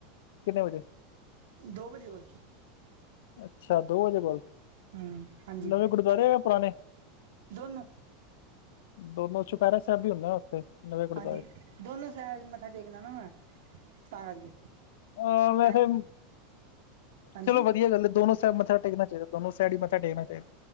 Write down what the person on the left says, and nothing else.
ਕਿੰਨੇ ਵਜੇ
ਅੱਛਾ ਦੋ ਵਜੇ ਬਾਦ,
ਨਵੇਂ ਗੁਰਦੁਆਰੇ ਜਾਂ ਪੁਰਾਣੇ?
ਦੋਨੋ ਚੁਪਹੇਰਾ ਸਾਹਿਬ ਵੀ ਹੁੰਦਾ ਉੱਥੇ। ਨਵੇਂ ਗੁਰਦੁਆਰੇ
ਅਹ ਵੈਸੇ
ਚਲੋ ਵਧੀਆ ਗੱਲ ਦੋਨੋ ਸੈਡ ਮੱਥਾ ਟੇਕਣਾ ਚਾਹੀਦਾ, ਦੋਨੋ ਸੈਡ ਹੀ ਮੱਥਾ ਟੇਕਣਾ ਚਾਹੀਦਾ।